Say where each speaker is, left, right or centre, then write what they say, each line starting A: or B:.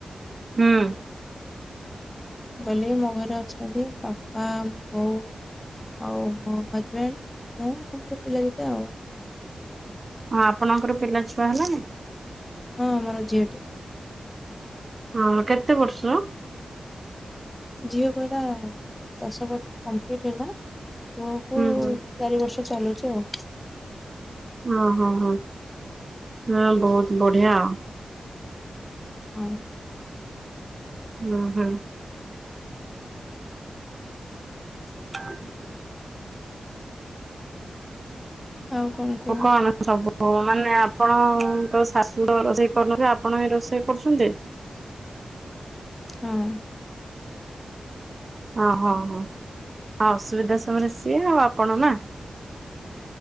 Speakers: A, on the right; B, on the left.
A: ହୁଁ ହଁ
B: ମୁଁ କହିଲି ମୋ ଘରେ ଅଛନ୍ତି ବାପା ବୋଉ ଆଉ ମୋ ହଜବେଣ୍ଡ ମୁଁ ଆଉ ମୋର ପିଲା ଦିଟା ଆଉ।
A: ହଁ ଆପଣଙ୍କର ପିଲା ଛୁଆ ହେଲାନି?
B: ହଁ ମୋର ଝିଅଟି
A: ହଁ କେତେ ବର୍ଷ?
B: ଝିଅକୁ ଏଟା ଦଶ ବର୍ଷ କମ୍ପ୍ଲିଟ ହେଲା ପୁଅକୁ
A: ହୁଁ ହୁଁ
B: ଚାରି ବର୍ଷ ଚାଲୁଚି ଆଉ।
A: ୱ ହୋ ହୋ ହଁ ବହୁତ ବଢିଆ ଆଉ।
B: ହଁ।
A: <unintelligible> <inaudible>
B: ଆଉ କଣ? କୁହ
A: ଓ କନ ସବୁ ମାନେ ଆପଣଙ୍କ ଶାଶୁ ରୋଷେଇ କରୁନଥିଲେ ଆପଣ ହିଁ ରୋଷେଇ କରୁଛନ୍ତି ଯେ
B: ହଁ।
A: ହଁ ହଁ ହଁ ଆଉ ଅସୁବିଧା ସମୟରେ ସିଏ ଆଉ ଆପଣ ନା